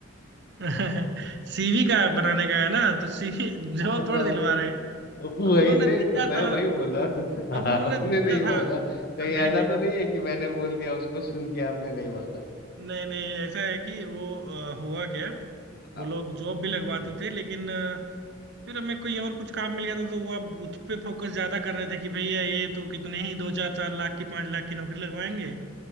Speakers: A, on the right (about 60°); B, on the left (about 50°).
A: <laughs> सीवी का बनाने का है ना तो सीवी <laughs> जवाब
B: <laughs>
A: थोड़ा दिलवा रहे हैं।
B: वही
A: अब उन्होंने
B: नहीं
A: दिया
B: तो मैं
A: था
B: वही बोल रहा हूँ
A: अब
B: <laughs> आपने
A: उन्होंने दिया
B: नहीं
A: था
B: मांगा कहीं
A: नहीं
B: ऐसा
A: नहीं
B: तो नहीं है कि मैंने बोल दिया उसको सुन के आपने नहीं मांगा
A: नहीं नहीं ऐसा है कि वो अ, हुआ क्या
B: बताओ
A: वो लोग जॉब भी लगवाते
B: हम्म,
A: थे लेकिन अ, फिर हमें कोई और कुछ काम मिल गया था तो वो अब उस पे फोकस ज्यादा कर रहे थे कि भैया ये तो कितने ही दो चार चार लाख की पांच लाख की नौकरी लगवाएंगे